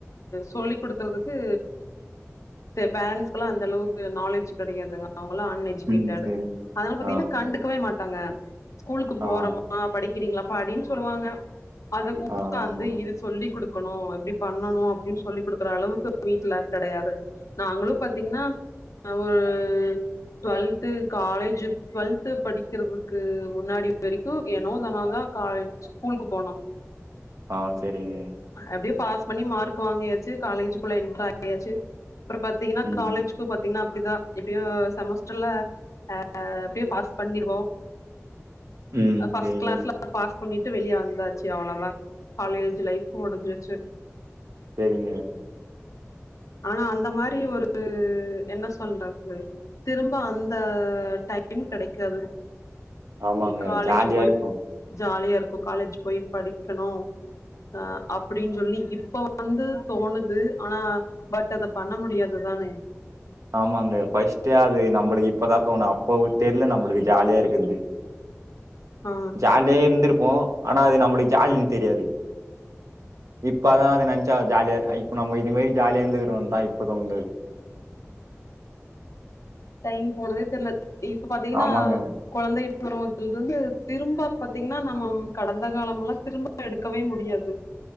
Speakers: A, on the left (about 85°); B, on the right (about 80°).
A: சொல்லிக் குடுக்குறதுக்கு பே பேரண்ஸ்க்கெல்லா அந்த அளவுக்கு நாலேஜ் கெடயாதுங்க அவுங்கெல்லா அன் எஜுகேட்டர்
B: ம். சரிங்க.
A: அதனால பாத்தீங்கன்னா
B: ஆ,
A: கண்டுக் கவே மாட்டாங்க ஸ்கூலுக்கு
B: ஆ,
A: போறோமா படிக்கிறீங்ளா படின் சொல்லுவாங்க அது உக்காந்து
B: ஆ. ஆமாங்க.
A: இது சொல்லி் குடுக்கணு எப்டி பண்ணணு அப்டின் சொல்லி் குடுக்குற அளவுக்கு வீட்ல கெடையாது நாங்களு பாத்திங்ன்னா ஒரு டுவெல்த்து காலேஜ்ஜு டுவெல்த்
B: ம்.
A: படி க்கிறதுக்கு முன்னாடி வரைக்கு ஏனோ தானோந்தா காலேஜ் ஸ்கூலுக்கு போனோ
B: ஆ சேரிங்க
A: அப்டியே பாஸ் பண்ணி மார்க் வாங்கியாச்சி காலேஜ்க்குள்ள என்ட்ரு ஆயாச்சி அப்றோ பாத்தீங்கன்னா
B: ம்,
A: காலேஜுக்கு பாத்தீங்ன்னா அப்டித்தா எப்டியோ செமஸ்டர்ல அ எப்டியோ பாஸ் பண்ணிருவோ
B: ம்.
A: அ ஃபஸ்ட்
B: சரிங்க,
A: க்ளாஸ்ல பாஸ் பண்ணிட்டு வெளிய வந்தாச்சி அவ்ளோதா காலேஜ் லைஃபு முடிஞ்சிருச்சி
B: சேரிங்க
A: ஆனா அந்த மாரி ஒரு என்ன சொல்றது திரும்ப அந்த டைம் கெடைக்காது
B: ஆமாங்க.
A: இது காலேஜ்
B: ஜாலியா
A: போய்
B: இருக்கும்.
A: ஜாலியா இருக்கு காலேஜ் போய் படிக்கணு அ அப்டின் சொல்லி இப்ப வந்து தோனுது ஆனா பட் அத பண்ண முடியாது தானே
B: ஆமாங்க ஃபஸ்ட்டே அது நம்பளுக் இப்பதா தோணு அப்போவு தெர்ல நம்முளுக்கு ஜாலியா இருக்கத்து
A: ஆ
B: ஜாலியா இருந்திருப்போ ஆனா அது நம்மளுக் ஜாலின் தெரியாது இப்பதா அது நென்ச்சா ஜாலியா இப்ப நம்ம இது மேரி ஜாலியா இருந்துக்கிறோன் தா இப்பதா வந்திருக்கு
A: டைம் போனதே தெர்ல இப்ப பாத்தீங்கனா
B: ஆமாங்க
A: கொழந்தை பருவத்தில் இருந்து திரும்ப பாத்தீங்னா நம்மம் கடந்த காலம் எல்லா திரும்ப எடுக்கவே முடியாது